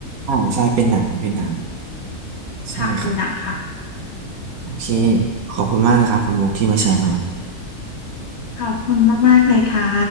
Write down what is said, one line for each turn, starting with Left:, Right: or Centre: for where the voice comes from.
Right: อ่าใช่เป็นหนังเป็นหนัง ใช่ครับ
Left: ค่ะดูหนังค่ะ
Right: โอเคขอบคุณมากเลยครับคุณมุกที่มาแชร์กันวันนี้
Left: ค่ะขอบคุณมากๆเลยค่ะ